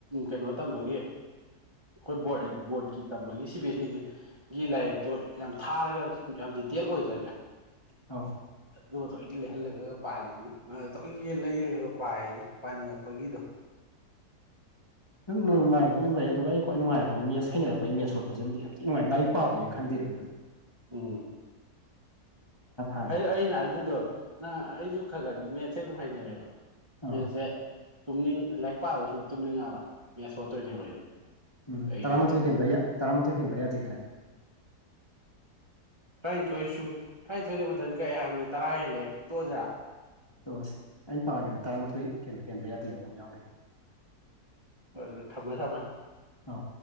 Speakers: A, on the right; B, on the left.
A: ꯀꯩꯅꯣ ꯇꯝꯕꯒꯤ ꯑꯩꯈꯣꯏ ꯕꯣꯔꯠ ꯕꯣꯔꯠꯀꯤ ꯇꯝꯃꯒꯤ ꯁꯤꯕ ꯍꯦ ꯒꯤ ꯂꯥꯏꯔꯤꯛꯇꯨ ꯌꯥꯝ ꯊꯥꯔꯒ ꯌꯥꯝ ꯗꯤꯇꯦꯜ ꯑꯣꯏꯗ꯭ꯔꯅꯦ
B: ꯑꯥꯎ
A: ꯑꯗꯨ ꯇꯣꯏꯒꯤ ꯂꯩꯍꯜꯂꯒ ꯄꯥꯍꯜꯂꯤꯅꯤ ꯇꯒꯤ ꯂꯩꯔꯒ ꯄꯥꯏꯅꯤ ꯄꯥꯅꯤꯡꯉꯛꯄꯒꯤꯗꯣ
B: ꯑꯗꯨꯝꯅꯨꯡꯉꯥꯏꯕꯁꯨ ꯑꯗꯨ ꯂꯩ ꯑꯗꯨꯒ ꯑꯩ꯭ꯋꯥꯏꯅꯨꯡꯉꯥꯏꯔꯛꯄ ꯃꯦꯠ ꯍꯥꯏꯩꯅꯔꯛꯄ ꯑꯩꯦꯠꯣꯠꯄꯁ ꯑꯝ ꯌꯥꯝꯤꯅ ꯉꯥꯏꯛ ꯄꯕꯅꯦꯅ ꯈꯟꯦꯕ
A: ꯎꯝ
B: <unintelligible>
A: ꯑꯩ ꯑꯩꯅ ꯑꯗꯨꯗꯣ ꯅꯪ ꯑꯩꯁꯨ ꯈꯔ ꯈꯔꯗꯤ ꯃꯦꯠꯁꯁꯦ ꯑꯗꯨꯝ ꯍꯥꯏꯅꯔꯦꯕ ꯃꯦꯠꯁꯦ
B: ꯑꯥ
A: ꯇꯨꯝꯅꯤꯡ ꯂꯥꯏꯔꯤꯛ ꯄꯥꯕ ꯁꯨꯝ ꯇꯨꯝꯅꯤꯡꯉꯛꯑꯕ ꯃꯦꯁ ꯍꯣꯠꯇꯣꯏꯅꯦꯕ ꯑꯩꯗꯤ
B: ꯎꯝ
A: ꯑꯩꯒꯤꯅꯣ
B: ꯇꯔꯥꯊꯣꯏ ꯍꯦꯟꯕ ꯌꯥꯏ ꯇꯔꯥꯃꯥꯊꯣꯏ ꯍꯦꯟꯕ ꯌꯥꯗꯦꯗꯥꯏ
A: ꯇꯔꯥꯅꯤꯊꯣꯏꯁꯨ ꯇꯔꯥꯅꯤꯊꯣꯏꯗ ꯃꯊꯟ ꯀ ꯍꯥꯏꯕꯅꯤ ꯇꯔꯥ ꯍꯦꯜꯂꯦ ꯇꯣ ꯑꯣꯖꯥ
B: ꯇꯣꯁ ꯑꯩꯅ ꯄꯥꯒꯤꯗ ꯇꯔꯥꯃꯥꯊꯣꯏ ꯍꯦꯟꯕ ꯍꯦꯟꯕ ꯌꯥꯗꯦ ꯑꯗꯨꯝ ꯌꯥꯎꯒꯦ
A: ꯊꯝꯃꯃꯦ ꯊꯝꯃꯃꯦ
B: ꯑꯥ